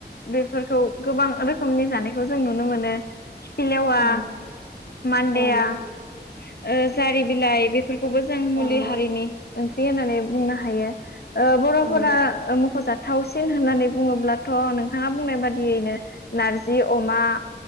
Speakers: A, on the left; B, on the right.
A: बे खौ गोबां रोखोमनि जानायखौ जों नुनो मोनो खिफिलेवा
B: औ
A: मान्देया
B: औ
A: ओ जारि बिलाइ बे बेखौबो जों मुलि
B: औ
A: हारिनि ओंख्रि होननानै बुंनो हायो ओ बर'फोरा
B: औ
A: ओ मख'जाथावसिन होननानै बुङोब्लाथ' नोंथाङा बुंनाय बादि यैनो नारजि अमा,